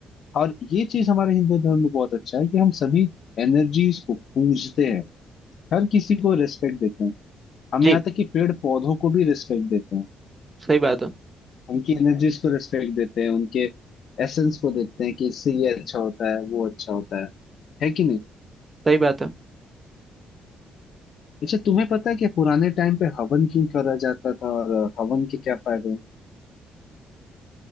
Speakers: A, on the left; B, on the right.
A: और ये चीज हमारे हिंदू धर्म में बहुत अच्छा है कि हम सभी एनर्जीज को पूजते हैं हर किसी को रेस्पेक्ट देते हैं हम
B: जी
A: यहाँ तक कि पेड़ पौधों को भी रेस्पेक्ट देते हैं
B: सही बात है
A: उनकी एनर्जीज को रिस्पेक्ट देते हैं उनके एसेंस को देते हैं कि इससे ये अच्छा होता है वो अच्छा होता है है कि नहीं
B: सही बात है
A: अच्छा तुम्हें पता है कि पुराने टाइम पे हवन क्यों करा जाता था और हवन के क्या फायदे हैं